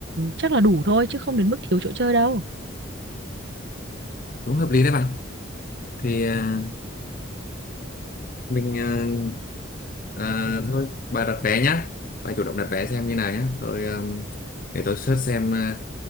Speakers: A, on the right; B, on the left.
A: chắc là đủ thôi chứ không đến mức thiếu chỗ chơi đâu.
B: cũng hợp lý đấy bạn thì à, mình à, À, thôi bà đặt vé nhá bà chủ động đặt vé xem như nào nhá tôi um, để tôi search xem uh,